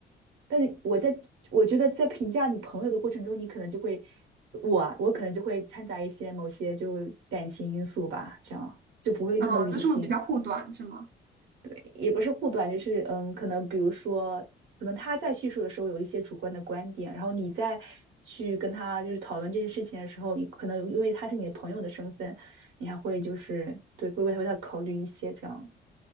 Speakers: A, on the right; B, on the right.
A: 但是我在我觉得在评价你朋友的过程中，你可能就会我啊我可能就会掺杂一些某些就感情因素吧，这样就不会那么理性。
B: 哦，就是会比较护短，是吗？
A: 对也不是护短，就是嗯，可能比如说，可能他在叙述的时候有一些主观的观点，然后你在去跟他就是讨论这件事情的时候，你可能因为他是你的朋友的身份，你还会就是对，会为他为他考虑一些这样，